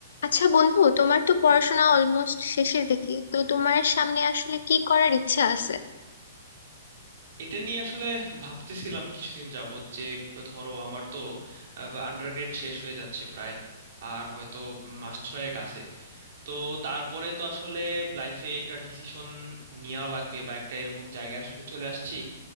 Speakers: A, on the left; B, on the right.
A: আচ্ছা বন্ধু তোমার তো পড়াশোনা অলমোস্ট শেষের দিকে তো তোমার সামনে আসলে কি করার ইচ্ছা আছে
B: এটা নিয়ে আসলে ভাবতেছিলাম কিছুদিন যাবত যে ধরো আমার তো আন্ডারগ্রেড শেষ হয়ে যাচ্ছে প্রায় আর হয়তো মাস ছয়েক আছে তো তারপরে তো আসলে লাইফে একটা ডিসিশন নেওয়া লাগবে বা একটা এরকম জায়গায় আসলে চলে আসছি